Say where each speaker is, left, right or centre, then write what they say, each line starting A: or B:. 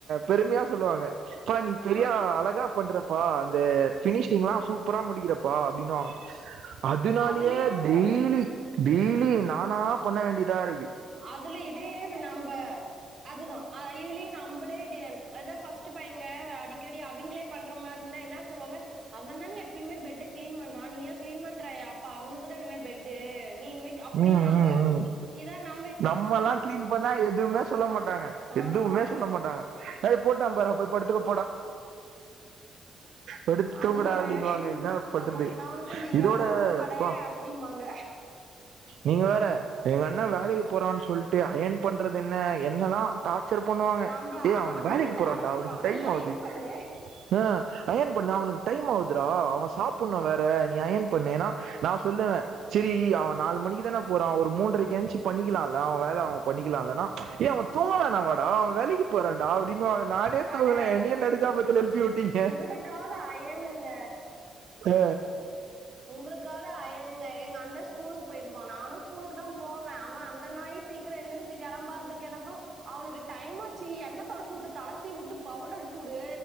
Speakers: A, on the right (about 65°); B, on the right (about 40°).
A: பெரும்மயா சொல்லுவாங்க ப்பா நீ
B: ஆ.
A: பெரியா அழகா பண்றப்பா அந்த ஃபினிஷ்டிங்லா சூப்பரா முடிக்கிறப் பா அப்டின்னுவாங்க அதுனாலியே
B: அதுலயும்
A: டெய்லி டெய்லி நானாப் பண்ண வேண்டிதா இருக்கு
B: அதுல இதேவ் நம்ப அதுதா அ இதுலியு நம்பளே டி அதா ஃபஸ்ட்டு பையங்க அடிக்கடி அவிங்களே பண்ற மார் இருந்தா என்னா சொல்லுவாங்க அவ தான எப்பயுமே பெட்டக் க்ளீன் பண்றா நீயா க்ளீன் பண்ற அப்ப அவனுக்கு தா இன்மே பெட்டு நீ இனிமே அப்டின்னுபாங்க
A: ம் ம் ம்
B: இதா நம்
A: நம்மல்லா க்ளீன் பண்ணா எதுவுமே சொல்ல மாட்டாங்க எதுவுமே
B: ஆஹா
A: சொல்ல மாட்டாங்க ஏய் போட்டா பார்‌ அங்க போய் படுத்துக்கோ படுத்து
B: அண்ணே
A: தூங்குடா அப்டின்னுவாங்க என்ன பண்றது
B: அதா அவனுக்கு கொஞ்சோ
A: இதோட
B: எடோ வுட்டு படே
A: ப்பா
B: அப்டிம்பாங்க
A: நீங்க வேற எங்க அண்ண வேலைக்கு போறான் சொல்ட்டு அயன் பண்றதென்ன என்ன தா டா ர்ச்சர் பண்ணுவாங்க
B: நம்ப
A: டே
B: அவ
A: அவே
B: அண்ண
A: வேலைக்கு
B: தா
A: போறான்டா அவனுக்கு
B: போறா
A: டைம்
B: நீ
A: ஆவுது
B: அயன் பண்ணு
A: அ அயன் பண்ணு அவனுக்கு டைம் ஆவ்துரா அவ சாப்புட்ணு வேற நீ அயன் பண்ணேன்னா நா சொல்லுவ செரி அவ நாலு மணிக்கு தான போறா ஒரு மூன்ரைக் ஏன்ச்சிப் பண்ணிக்கலால்ல அவ வேல அவ பண்ணிக்கலா இல்லன்னா ஏ அவ தூங்க வேணாவாடா அவ் வேலைக்கு போறான்டா அப்டின்வாங்க நானே தூங்கல
B: அட
A: என்னயே நடுஜாமத்துல எழுப்பியூட்டீங்க
B: எனுக்காக அயனுங்க
A: அ
B: உங்களுக்காது அயனுங்க எங்க அண்ண ஸ்கூலுக் போயிருப்பா நானு ஸ்கூலுக்கு தா போவே அவ அந்த நாய் சீக்கரோ எழுந்துரிச்சி கெளம்பாதுக் கெளப்பனு அவனுக்கு டைம்மாச்சி எண்ண தொடச்சூட்டு தலசீவூட்டு பவ்ட்ரு அடிச்சூடு